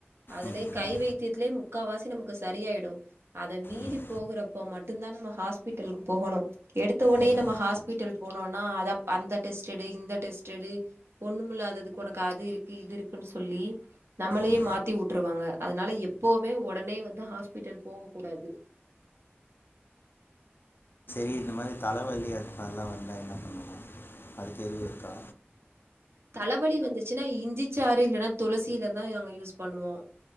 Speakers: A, on the right; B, on the left.
A: அதுலே
B: ம்,
A: கை
B: ம்,
A: வைத்தியத்துலே முக்கா வாசி நமக்கு சரியாயிடு அத மீறி
B: ம், ம்,
A: போகுறப்போ மட்டுந்தா நம்ம ஹாஸ்பிட்டலுக் போகனு எடுத்தோனே
B: ம்.
A: நம்ம ஹாஸ்பிட்டல் போனோனா அதப் அந்த டெஸ்ட்டெடு இந்த டெஸ்ட்டெடு ஒன்னுமில்லாததுக்கு ஒனக்கு அது இருக்கு இது இருக்குன் சொல்லி நம்மளயே
B: ம்
A: மாத்தி வுட்ருவாங்க அதுனால எப்பவுமே ஒடனே வந்து ஹாஸ்பிட்டல் போக கூடாது
B: ரி‌ இந்த மாரி தலவலி அதுமார்லா வந்தா என்ன பண்வீங்க அதுக்கு எதுவு இருக்கா
A: தலவலி வந்துச்சுன்னா இஞ்சிச்சாறு இல்லன்னா துளசியில தா நாங்க யூஸ் பண்ணுவோ